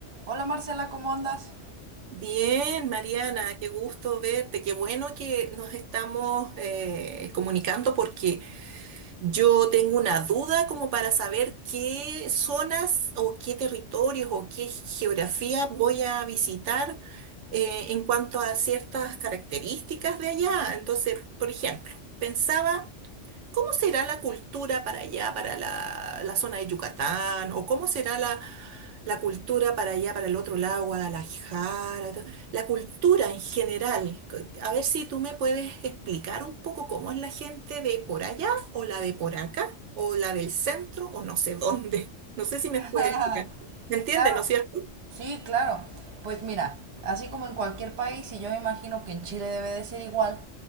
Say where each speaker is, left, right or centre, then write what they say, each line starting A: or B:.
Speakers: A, on the right; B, on the right.
A: Hola Marcela, ¿cómo andas?
B: Bien, Mariana, qué gusto verte, qué bueno que nos estamos eh, comunicando porque yo tengo una duda como para saber qué zonas o qué territorios o qué geografía voy a visitar eh, en cuanto a ciertas características de allá. Entonces, por ejemplo, pensaba ¿Cómo será la cultura para allá, para la, la zona de Yucatán? ¿O cómo será la, la cultura para allá, para el otro lado, Guadalajara? to- La cultura en general. C- A ver si tú me puedes explicar un poco cómo es la gente de por allá o la de por acá o la del centro o no sé dónde. <laughs> No sé si
A: <laughs>
B: me puedes explicar. ¿Me entiendes,
A: Claro,
B: no es cierto?
A: sí, claro. Pues mira,
B: Ujú.
A: así como en cualquier país, y yo me imagino que en Chile debe de ser igual,